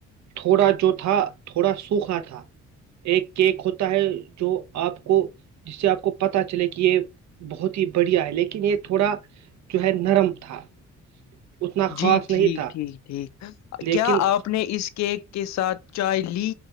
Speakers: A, on the right; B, on the left.
A: تھوڑا جو تھا تھوڑا سوکھا تھا ایک کیک ہوتا ہے جو آپ کو جس سے آپ کو پتا چلے کہ یہ بہت ہی بڑھیا ہے لیکن یہ تھوڑا جو ہے نرم تھا اتنا
B: جی
A: خاص
B: ٹھیک
A: نہیں تھا
B: ٹھیک ٹھیک
A: لیکن
B: کیا آپ نے اس کے کے ساتھ چائے لی